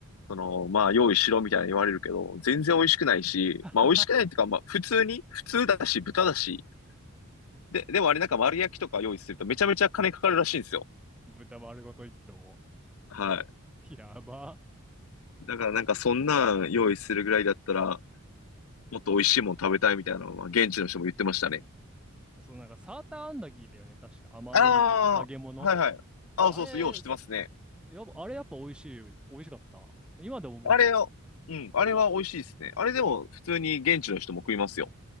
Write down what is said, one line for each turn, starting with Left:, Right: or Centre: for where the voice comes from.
Left: その、まあ用意しろみたいに言われるけど、全然美味しくないし、
Centre: <laughs>
Left: まあ美味しくないっていうか、まあ普通に、普通だし、豚だし、で、でもあれなんか丸焼きとか用意するとめちゃめちゃ金かかるらしいんですよ。
Centre: 豚丸ごと一頭。
Left: はい。
Centre: やば。
Left: だからなんかそんなん用意するぐらいだったら、もっと美味しいもん食べたいみたいなのは現地の人も言ってましたね。
Centre: そう、なんかサーターアンダギーだよね。確か甘い揚げ物。
Left: ああ、はいはい。あ、
Centre: あれ、
Left: そうそう、よう知ってますね。
Centre: すやっぱ、あれやっぱ美味しい。美味しかった。今でも覚えてるもん。
Left: あれを、うん、あれは美味しいですね。あれでも普通に現地の人も食いますよ。